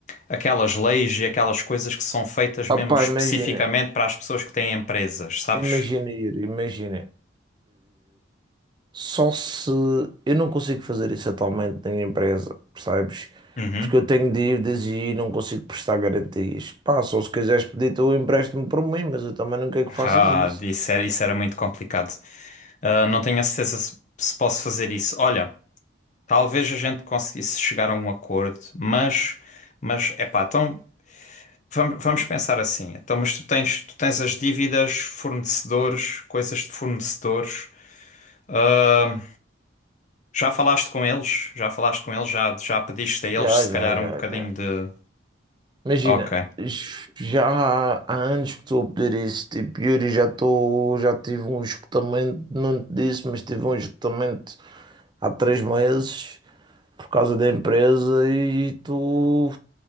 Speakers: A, on the left; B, on the right.
A: aquelas leis e aquelas coisas que são feitas
B: Ah,
A: mesmo
B: pá,
A: especificamente
B: imagina,
A: para as pessoas que têm empresas, sabes?
B: imagina ir, imagina. Só se eu não consigo fazer isso atualmente na minha empresa, percebes?
A: Uhum.
B: Porque eu tenho de dívidas e não consigo prestar garantias. Pá, só se quiseres pedir tu empréstimo para mim, mas eu também não quero que faças
A: Ah,
B: isso.
A: isso era, isso era muito complicado. Ah, não tenho a certeza se se posso fazer isso. Olha. Talvez a gente conseguisse chegar a um acordo, mas, mas epá, então vamos, vamos pensar assim. Então, mas tu tens, tu tens as dívidas, fornecedores, coisas de fornecedores. Ah, já falaste com eles? Já falaste com eles? Já, já pediste a eles
B: Já,
A: se
B: já,
A: calhar
B: já,
A: um bocadinho
B: já.
A: de.
B: Imagina,
A: Ok.
B: j- já há há anos que estou a pedir isso. Tipo, Yuri, já estou, já tive um esgotamento, não te disse, mas tive um esgotamento há três meses por causa da empresa e tu.